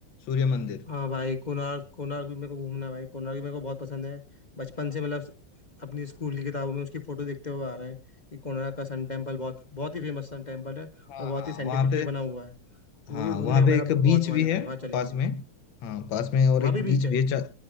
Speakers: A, on the left; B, on the left.
A: सूर्य मंदिर
B: हाँ भाई कोणार्क कोणार्क भी मेरे को घूमना है भाई कोणार्क भी मेरे को बहुत पसंद है बचपन से मतलब अपनी स्कूल की किताबों में उसकी फोटो देखते हुए आ रहे हैं कि कोणार्क का सन टेम्पल बहुत बहुत ही फेमस सन टेम्पल है
A: हाँ
B: और बहुत
A: हाँ
B: ही साइंटिफिकली
A: वहाँ पे
B: बना हुआ है तो
A: हाँ
B: वो भी घूमने
A: वहाँ
B: का
A: पे
B: मेरा
A: एक बीच
B: बहुत मन
A: भी
B: है
A: है
B: भाई वहाँ चलेंगे
A: पास में हाँ पास में और
B: वहाँ
A: एक
B: भी बीच
A: बीच
B: है
A: भी है